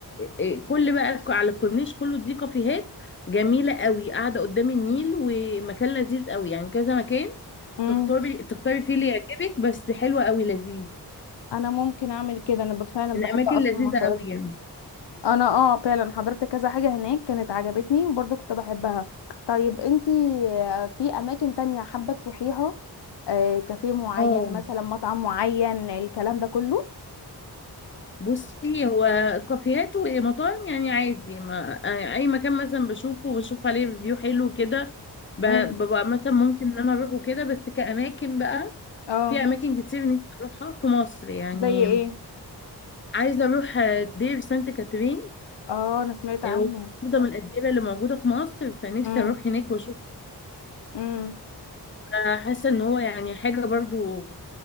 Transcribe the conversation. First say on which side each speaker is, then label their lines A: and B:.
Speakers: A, on the left; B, on the left.
A: إيه، كل بقى على الكورنيش كله دي كافيهات جميله قوي قاعده قدام النيل ومكان لذيذ قوي يعني كذا مكان
B: امم
A: تختاري تختاري فيه اللي يعجبك بس حلوه قوي لذيذ
B: انا ممكن اعمل كده انا ب- فعلا
A: الاماكن
B: بحب اصلا
A: لذيذه
B: المنطقه
A: قوي
B: دي
A: يعني
B: انا اه فعلا حضرت كذا حاجة هناك كانت عجبتني وبرضه كنت بحبها طيب انتي آه، في اماكن تانية حابة تروحيها آه، كافيه معين
A: اه
B: مثلا مطعم معين الكلام ده كله
A: بصي هو كافيهات ومطاعم يعني عادي ما يعني اي مكان مثلا بشوفه وبشوف عليه ريفيو حلو كده ب-
B: امم
A: ببقى مثلا ممكن ان انا اروحه كده بس كاماكن بقى
B: اه
A: في اماكن كتير نفسي اروحها في مصر يعني
B: زي ايه
A: عايزه اروح دير سانت كاترين
B: اه انا سمعت
A: آه،
B: عنه
A: واحده من الاديره اللي موجوده في مصر فنفسي
B: امم
A: اروح هناك واشوف
B: امم
A: آه، حاسه ان هو يعني حاجه برضو